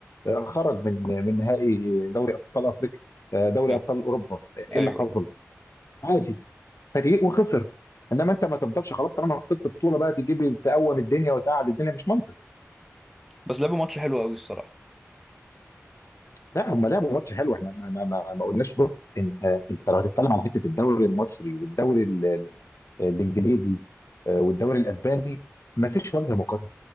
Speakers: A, on the left; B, in the centre.
A: آه، خرج من من نهائي دوري ابطال افريقيا آه، دوري
B: لا.
A: ابطال اوروبا آه، ايه
B: أيوه
A: اللي حصل؟ عادي فريق وخسر انما انت ما تفضلش خلاص طالما خسرت البطوله بقى تجيب تقوم الدنيا وتقعد الدنيا مش منطق
B: بس لعبوا ماتش حلو أوي الصراحة
A: لا هم لعبوا ماتش حلو احنا ما ما ما, ما قلناش بص إن- آه، انت لو هتتكلم على حته الدوري المصري والدوري ال- ال- الانجليزي آه، والدوري الاسباني ما فيش وجه مقارنه